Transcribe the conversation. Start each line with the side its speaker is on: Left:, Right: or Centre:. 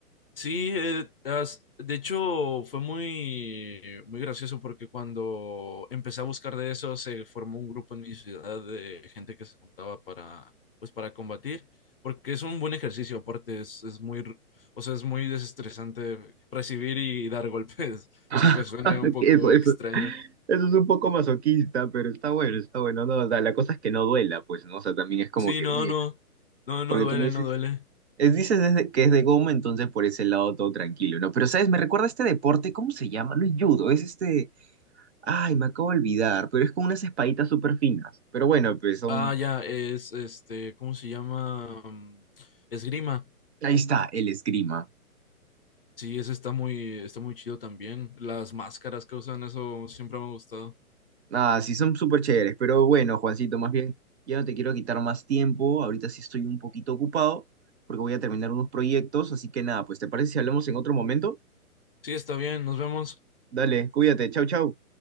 Left: Sí, eh, as- de hecho fue muy, muy gracioso porque cuando empecé a buscar de eso se formó un grupo en mi ciudad de gente que se juntaba para, pues, para combatir, porque es un buen ejercicio, aparte es, es muy, r- o sea, es muy desestresante recibir y dar golpes, <laughs>
Right: <laughs>
Left: aunque suene un poco
Right: Eso, eso,
Left: extraño.
Right: eso es un poco masoquista, pero está bueno, está bueno, no, o sea, la cosa es que no duela, pues, ¿no? O sea, también es como
Left: Sí,
Right: que,
Left: no,
Right: bueno,
Left: no, no,
Right: porque
Left: no duele,
Right: como dices,
Left: no duele.
Right: es, dices es de- que es de goma, entonces por ese lado todo tranquilo, ¿no? Pero, ¿sabes? Me recuerda a este deporte, ¿cómo se llama? No es judo, es este, ay, me acabo de olvidar, pero es con unas espaditas súper finas, pero bueno, pues son,
Left: Ah, ya, es este, ¿cómo se llama? Mm, Esgrima.
Right: ahí está, el esgrima.
Left: Sí, ese está muy, está muy chido también. Las máscaras que usan, eso siempre me ha gustado.
Right: Ah, sí, son súper chéveres, pero bueno, Juancito, más bien, ya no te quiero quitar más tiempo, ahorita sí estoy un poquito ocupado porque voy a terminar unos proyectos, así que nada, pues ¿te parece si hablamos en otro momento?
Left: Sí, está bien, nos vemos.
Right: Dale, cuídate, chau, chau.